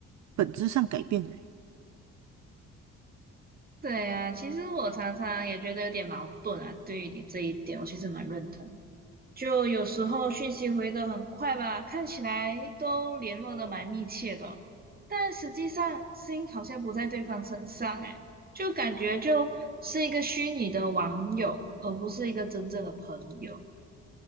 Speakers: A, on the right; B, on the right.
A: 本质上改变了欸。
B: 对啊，其实我常常也觉得有点矛盾啊，对于你这一点，我其实蛮认同。就有时候讯息回得很快吧，看起来都联络得蛮密切的哦但实际上心好像不在对方身上，诶，就感觉就是一个虚拟的网友，而不是一个真正的朋友。